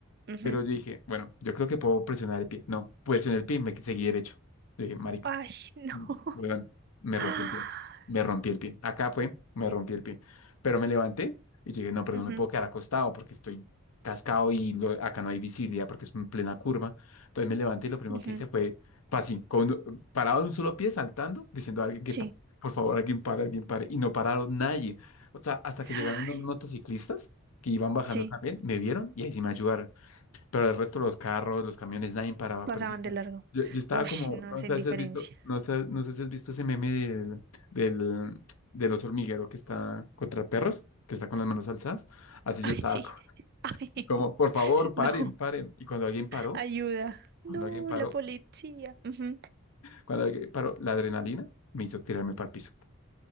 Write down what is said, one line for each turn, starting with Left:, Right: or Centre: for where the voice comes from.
Right: Ujú.
Left: pero yo dije, bueno, yo creo que puedo presionar el pie. No, presioné el pie y me seguí derecho. Yo dije, marica,
Right: Ay, no.
Left: Mm,
Right: <laughs>
Left: Weón, me
Right: Ah,
Left: rompí el pie. Me rompí el pie. Acá fue, me rompí el pie. Pero me levanté y dije, no, pero
Right: Ujú,
Left: no me puedo quedar acostado porque estoy cascado y lo- acá no hay visibilidad porque es en plena curva. Entonces me levanté y lo primero
Right: ujú,
Left: que hice fue, así, con, parado de un solo pie, saltando, diciendo a alguien que,
Right: Sí.
Left: pa- por favor, alguien para, alguien para. Y no pararon nadie. O sea, hasta que llegaron
Right: Ay,
Left: unos motociclistas que iban bajando
Right: sí,
Left: también, me vieron y ahí sí me ayudaron pero el resto de los carros, los camiones, nadie paraba.
Right: pasaban
Left: Pero yo,
Right: de largo.
Left: yo- yo estaba
Right: Uy,
Left: como,
Right: no,
Left: no
Right: es
Left: sé
Right: indiferencia.
Left: si has visto,
Right: <laughs>
Left: no sé, no sé si has visto ese meme del, del, del oso hormiguero que está contra perros, que está con las manos alzadas. Así
Right: Ay,
Left: yo estaba
Right: sí.
Left: co-
Right: Ay,
Left: como, por favor,
Right: <laughs>
Left: paren,
Right: no.
Left: paren. Y cuando alguien paró,
Right: Ayuda. No,
Left: cuando alguien paró,
Right: la policía. Ujú.
Left: cuando alguien paró, la adrenalina me hizo tirarme para el piso.